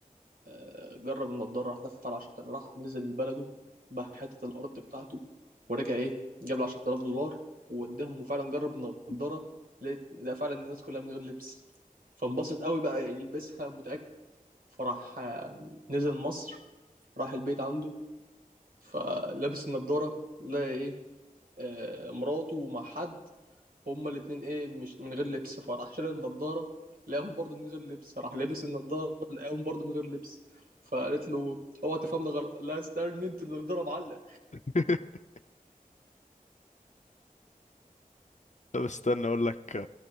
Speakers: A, on the right; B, on the left.
A: آه، جرب النضاره راح دفع 10000 راح نزل بلده باع حته الارض بتاعته ورجع ايه جاب ال 10000 دولار ووداهم وفعلا جرب النضاره لقيت لقى فعلا الناس كلها من غير لبس فانبسط قوي بقى يلبسها متاكد فراح آه، نزل مصر راح البيت عنده فلابس النضاره لا ايه آه، مراته مع حد هما الاتنين ايه مش من غير لبس فراح شال النضارة لقاهم برضه من غير لبس راح لابس النضارة لقاهم برضه من غير لبس فقالت له اوعى تفهمني غلط قال لها استنى انت النضارة معلق
B: <laughs> طب استنى اقول لك